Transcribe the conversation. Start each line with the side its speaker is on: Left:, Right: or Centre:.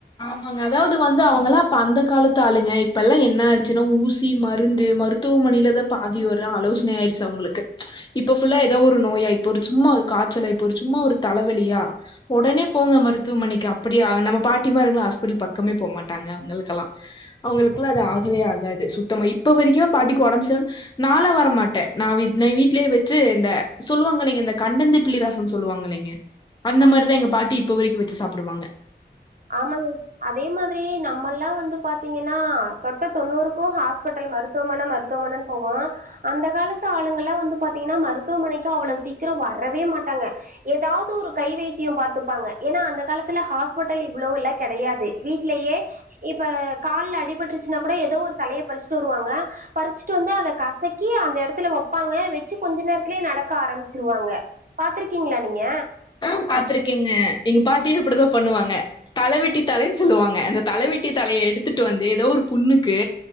Left: ஆமாங்க அதாவ்து வந்து அவுங்களா அப்ப அந்த காலத்து ஆளுங்க இப்பலா என்ன ஆயிடுச்சுனா ஊசி மருந்து மருத் த்துவமனைல தா பாதி ஒரு ஆலோசனை ஆயிருச்சு அவுங்களுக்கு இப்ப ஃபுல்லா எதோ ஒரு நோயா இப்போ ஒரு சும்மா ஒரு காச்சல இப்போ ஒரு சும்மா ஒரு தலவலியா ஒடனே போங்க மருத்துவமனைக்கு அப்டியா நம்ம பாட் ட்டிமார்களா ஹாஸ்பிட்டல் பக்கமே போமாட்டாங்க அவ்ங்களுக்கெல்லா அவ்ங்களுகெல்லா எது ஆகவே ஆகாது சுத்தமா இப்ப வரைக்குமே பாட்டிக்கு ஒடம்பு செரில் நாலா வரமாட்டே நா வீட் நை வீட்லயே வெச்சு இந்த சொல்லுவாங்கல்லைங்க இந்த கண்டந்திப்பிளி ரசன் சொல்வாங்கல்லைங்க அந்த
Right: ஆ
Left: மாரிதா எங்க பாட்டி இப்ப வரைக்கு வெச்சு சாப்டுவாங்க
Right: ஆமாங்க அதே மாதிரி நம்மல்லா வந்து பாத்தீங்கனா தொட்ட தொண்ணூறுக்கு ஹாஸ்பிட்டல் மருத்துவமன மருத் த்துவமனன் போவோ அந்த காலத்து ஆளுங்கல்லா வந்து பாத்தீங்கனா மருத்துவமனைக்கு அவளோ சீக்கிர வரவே மாட்டாங்க எதாவ்து ஒரு கை வைத்திய பாத்துப்பாங்க ஏனா அந்த காலத்துல ஹாஸ்பிட் மக்கள் இவ்ளோவ்ல்லா கெடயாது வீட்லயே இப்ப கால்ல அடிபட்ருச்சுன்னா கூட ஏதோ ஒரு களய பறிஸ்ட்டு வருவாங்க பறிச்சுட்டு வந்து அத கசக்கி அந்த எடத்துல வெப்பாங்க வெச்சு கொஞ்ச நேரத்துலயே நடக்க ஆரம்பிச்சிருவாங்க பாத்திருக்கீங்ளா நீங்க
Left: ஆ பாத்திருக்கேங்க எங்க பாட்டியு இப்டுதா பண்ணுவாங்க தலவெட்டி தலன் சொல்லுவாங்க அந்த தலவெட்டி தலய எடுத்துட்டு வந்து ஏதோ ஒரு புண்ணுக்கு